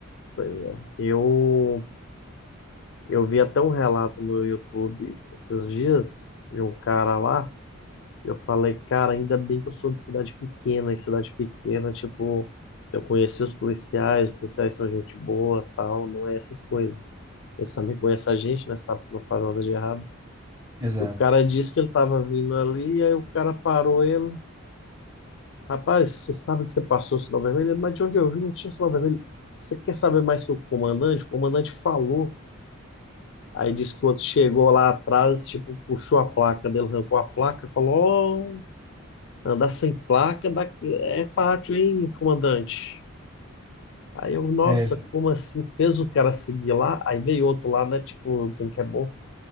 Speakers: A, on the left; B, on the right.
A: Pois é. Eu, eu vi até um relato no YouTube esses dias de um cara lá Eu falei, cara, ainda bem que eu sou de cidade pequena, e cidade pequena, tipo, eu conheci os policiais, os policiais são gente boa, tal, não é essas coisas. Eles também conhecem a gente, né? Sabe que não faz nada de errado.
B: Exato.
A: E o cara disse que ele tava vindo ali, aí o cara parou ele. Rapaz, você sabe que você passou o sinal vermelho? Ele, Mas de onde eu vi não tinha sinal vermelho. Você quer saber mais que o comandante? O comandante falou. Aí disse que o outro chegou lá atrás, tipo, puxou a placa dele, arrancou a placa, falou: Andar sem placa da- é pátio, hein, comandante? Aí eu, nossa,
B: É, esse-
A: como assim? Fez o cara seguir lá, aí veio outro lá, né? Tipo, dizendo que é bom.